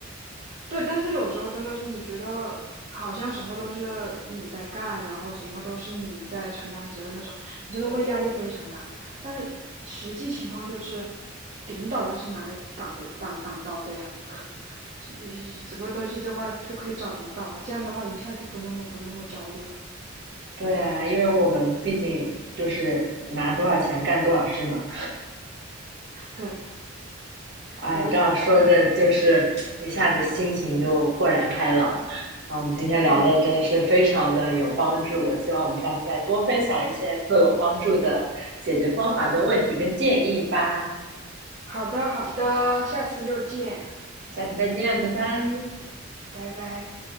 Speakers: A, on the right (about 40°); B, on the right (about 60°).
A: 对，但是有时候真的是你觉得好像什么都是你在干，然后什么都是你在承担责任的时候，你真的会压力非常大。但是实际情况就是，领导就是拿来挡鼓挡挡刀的呀。嗯什么东西的话就可以找领导啊，这样的话一下就不那么不那么焦虑了。
B: 对啊，因为我们毕竟就是拿多少钱干多少事嘛。
A: 对，
B: 哎，
A: 我也同意。
B: 这样说着就是一下子心情就豁然开朗。啊，我们今天聊的真的是非常的有帮助，
A: 嗯，
B: 我希望我们下次再多分享一些自我帮助的解决方法跟问题跟建议吧。
A: 好的好的，下次又见，
B: 下次再见，拜拜。
A: 拜拜。